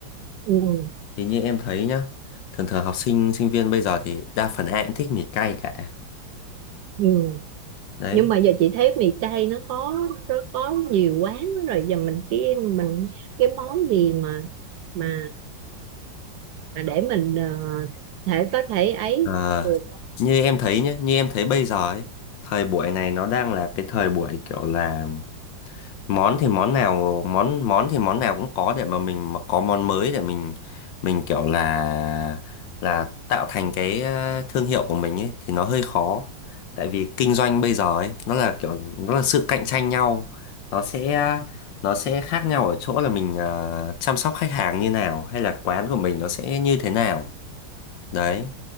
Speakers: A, on the right; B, on the left.
A: ừ,
B: thì như em thấy nhá thường thường học sinh sinh viên bây giờ thì đa phần ai cũng thích mì cay cả
A: ừ.
B: đấy
A: nhưng mà giờ chị thấy mì cay nó có nó có nhiều quán lắm rồi giờ mình cái mình cái món gì mà mà mà để mình ờ, thể có thể ấy
B: Ờ,
A: được
B: như em thấy nhé, như em thấy bây giờ ấy, thời buổi này nó đang là cái thời buổi kiểu là món thì món nào món món thì món nào cũng có để mà mình mà có món mới để mình mình kiểu là là tạo thành cái ờ, thương hiệu của mình ấy thì nó hơi khó. Tại vì kinh doanh bây giờ ấy nó là kiểu nó là sự cạnh tranh nhau. Nó sẽ nó sẽ khác nhau ở chỗ là mình ờ, chăm sóc khách hàng như nào hay là quán của mình nó sẽ như thế nào. Đấy